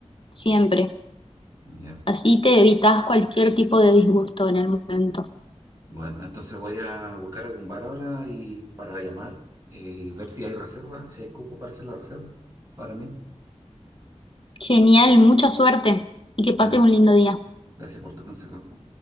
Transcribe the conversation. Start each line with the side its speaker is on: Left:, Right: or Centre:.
Left: siempre.
Right: Ya.
Left: Así te evitas cualquier tipo de disgusto en el momento.
Right: Bueno, entonces voy a buscar algún bar ahora y para llamar eh, y ver si hay reserva, si hay cupo para hacer la reserva ahora mismo.
Left: Genial, mucha suerte y que
Right: Vale,
Left: pases un lindo día.
Right: gracias por tu consejo.